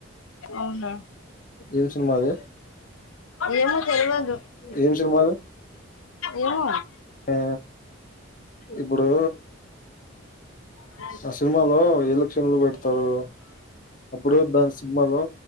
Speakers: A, on the left; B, on the left.
A: అవునా
B: ఏం సినిమా అది
A: ఏమో తెలివదు
B: ఏంషలుమాారు
A: ఏమో
B: ఆ ఇప్పుడు
A: అ
B: ఆ సినిమాలో ఎలక్షన్లు పెడతారు అప్పుడు దాని సినిమాలో